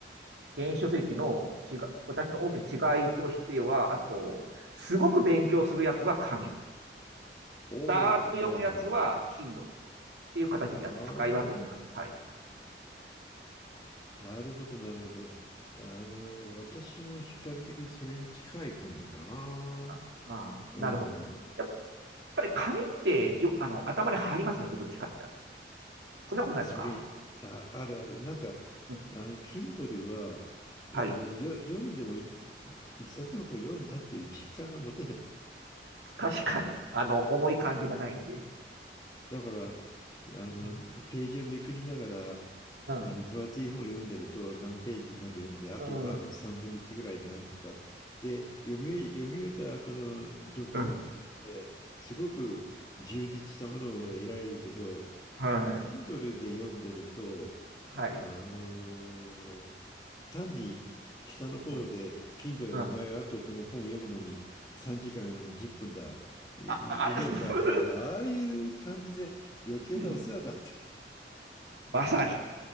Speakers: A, on the right (about 75°); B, on the left (about 25°).
A: 電子書籍の違い、私の大きな違いとしては、あと、すごく勉強するやつは紙。
B: おお、
A: だーっと読むやつは
B: はいはい。
A: Kindle っていう形でや使い分けてます。
B: ああ、
A: はい。
B: なるほど、なるほど。あの、私も比較的それに近い感じかな。
A: ああなるほど。
B: うん。
A: やっぱり紙ってじょあの頭に入りますよね、どっちかって言ったら。そんなことないですか、
B: それ、あ、あるある。なんか、
A: うん、
B: あの、Kindle は、あ
A: はい。
B: の、よ、読んでもい一冊の本読んだという実感が持てない。
A: 確かに。あの、重い感じがないんで。
B: だから、あの、
A: うん。
B: ページをめくりながら、
A: うん
B: あの分厚い本を読んでると何ページまで読んで、あとは3分の1ぐらいだなとか、
A: うん、うん、
B: で、読み、読み終えた後の読後感ってすごく充実したものを得られるけど、
A: うん、はい、
B: Kindle で読んでると、
A: はい、
B: あのー単に下の方で、
A: うん、
B: Kindle
A: うん、
B: がお前はあとこの本読むのに3時間10分だ、読めるかとか、
A: あ、あれ、<laughs> する。
B: ああいう感じで余計なお世話だってい
A: うん、まさに。